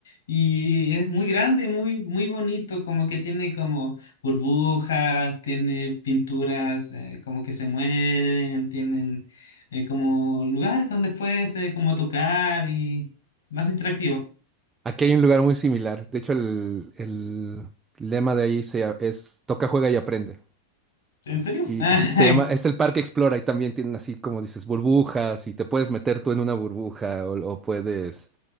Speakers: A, on the left; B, on the right.
A: Y es muy grande, muy, muy bonito, como que tiene como burbujas, tiene pinturas eh, como que se mueven, tienen eh, como lugares donde puedes eh, como tocar y más interactivo.
B: Aquí hay un lugar muy similar. De hecho, el, el lema de ahí se, llama- es toca, juega y aprende.
A: ¿En serio?
B: Y
A: <laughs>
B: se llama, es el Parque Explora y también tienen así como dices burbujas y te puedes meter tú en una burbuja o, o puedes,